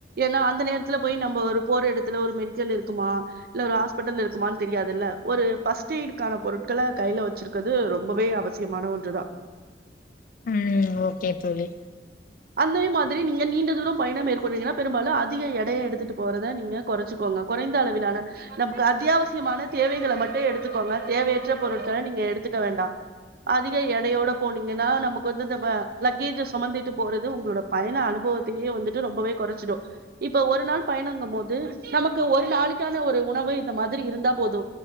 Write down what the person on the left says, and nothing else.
ம் ஓகே தோழி